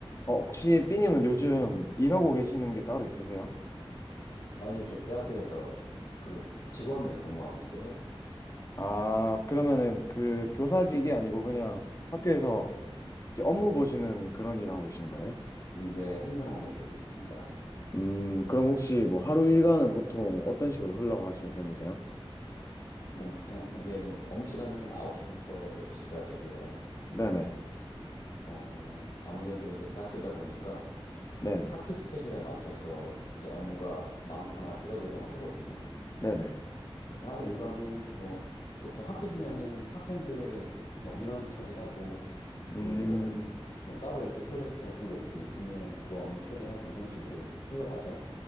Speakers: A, on the left; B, on the left.
A: 어, 혹시 삐님은 요즘 일하고 계시는 게 따로 있으세요?
B: 아, 예, 저 대학교에서 그 직원으로 근무하고 있어요.
A: 아, 그러면은 그 교사직이 아니고 그냥 학교에서 이제 업무 보시는 그런 일 하고 계시는 거예요?
B: 근데 행정 업무 보고 있습니다.
A: 음, 그럼 혹시 뭐 하루 일과는 보통 어떤 식으로 흘러가시는 편이세요?
B: 뭐 보통 이제 뭐 업무 시간은 9시부터 6시까지고요.
A: 네네,
B: 어, 아무래도 이제 대학교다 보니까
A: 네네,
B: 학기 스케줄에 맞춰서 이제 업무가 많거나 줄어들거나 하거든요.
A: 네네.
B: 그래서 하루 일과는 뭐 보통 학기 중에는 학생들 뭐 민원 처리하고 그리고
A: 음,
B: 뭐 따로 이렇게 프로젝트 같은 것들이 있으면 그거 업무 처리하고 이런 식으로 흘러가죠.